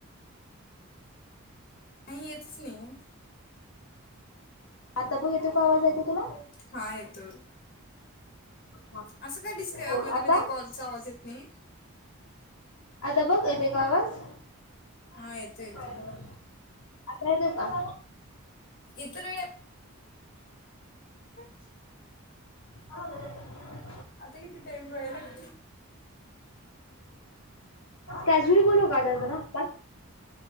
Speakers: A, on the left; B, on the left.
A: नाही येतंच नाही आहे.
B: आता बघ येतो का आवाज ऐकू तुला!
A: हां येतो
B: हा
A: असं काय डिस्
B: बघ
A: मध्ये
B: आता
A: मध्ये कॉल चा आवाज येत नाहीये?
B: आता बघ येतोय का आवाज!
A: हा येतो येतो
B: आता येतोय का?
A: इतर वेळी <unintelligible>
B: <inaudible>
A: आता किती टाईम राहिलं?
B: कॅसुअली बोलू का आता जरा आपण?